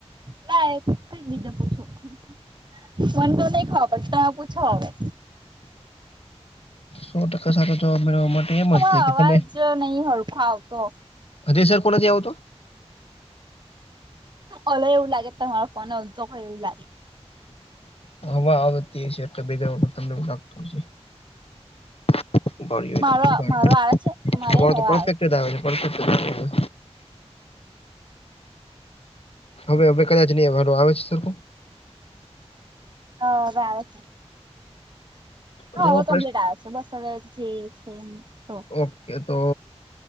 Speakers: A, on the right; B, on the left.
A: ના કઈ બીજા પૂછું- મન તો નઈ ખબર તમે પૂછો હવે
B: સો ટકા સાચો જવાબ મેળવવા માટે એમ જ
A: હ
B: છે
A: અવાજ
B: કે તમે
A: નહીં હરખો આવતો
B: હજી સરખો નથી આવતો
A: મને એવું લાગે તમારો ફોન અલતો હોય એવું લાગે
B: હવા આવતી છે તો ભેગા તમને એવુ લાગતું છે. ય <unintelligible>
A: મારો મારો આવે છે કે મારે
B: તમારો
A: હવે
B: તો પફેક્ટ આવે છે પફક્ટ જ આવે છે. હવે હવે કદાચ નહીં આવે છે સરખું-
A: હા આવે છે
B: તો
A: હવે
B: એવો પ્રશ્ન
A: કમ્પ્લીટ આવે બસ જે છે એ
B: ઓકે તો